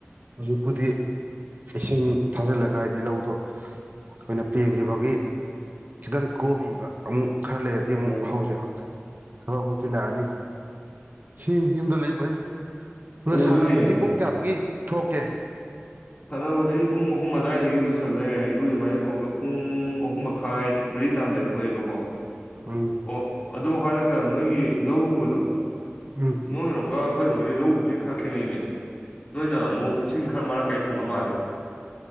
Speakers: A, on the right (about 40°); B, on the left (about 30°).
A: ꯍꯧꯖꯤꯛꯄꯨꯗꯤ ꯏꯁꯤꯡ ꯊꯥꯖꯤꯜꯂꯒ ꯍꯥꯏꯗꯤ ꯂꯧꯗꯣ ꯑꯩꯈꯣꯏꯅ ꯄꯦꯡꯈꯤꯕꯒꯤ ꯈꯤꯇꯪ ꯀꯣꯝꯃꯤꯕ ꯑꯃꯨꯛ ꯈꯔ ꯂꯩꯔꯗꯤ
B: ꯑꯣ
A: ꯑꯃꯨꯛ ꯍꯧꯖ <unintelligible> ꯊꯕꯛ ꯑꯃꯨꯛ ꯆꯤꯟꯂꯛ ꯑꯅꯤ꯫ ꯁꯤꯅꯤ ꯌꯨꯝꯗ ꯂꯩꯕ ꯍꯥꯏꯁꯦ ꯑꯗ
B: ꯑꯣ
A: ꯁꯥꯟꯅꯕꯗꯤ
B: ꯑꯗꯨꯅꯦ
A: ꯄꯨꯡ ꯀꯌꯥꯗꯒꯤ ꯊꯣꯛꯀꯦ
B: ꯁꯥꯅꯕꯗ ꯑꯩ ꯄꯨꯡ ꯑꯍꯨꯝ ꯑꯗꯨꯋꯥꯏꯗꯒꯤ ꯂꯣꯏꯁꯜꯂꯦ ꯏꯔꯨꯖꯃꯥꯏꯗ ꯊꯣꯛꯑꯒ ꯄꯨꯡ ꯑꯍꯨꯝ ꯃꯈꯥꯏ ꯃꯔꯤ ꯇꯔꯝꯗꯥꯏꯗ ꯊꯣꯛꯑꯦꯕꯀꯣ
A: ꯎꯝ
B: ꯑꯣ ꯑꯗꯨ ꯍꯥꯏꯔꯒ ꯅꯣꯏꯒꯤ ꯂꯧ ꯎꯕꯗꯣ
A: ꯎꯝ
B: ꯅꯣꯏ ꯔꯣꯝꯒ ꯑꯩꯈꯣꯏꯔꯣꯝꯒꯗꯤ ꯂꯧ ꯎꯕꯁꯦ ꯈꯔ ꯈꯦꯠꯅꯩꯅꯦ ꯅꯣꯏꯅ ꯑꯃꯨꯛ ꯏꯁꯤꯡ ꯈꯔ ꯃꯔꯥꯡ ꯀꯥꯏꯅ ꯐꯪꯕ ꯃꯥꯜꯂꯦ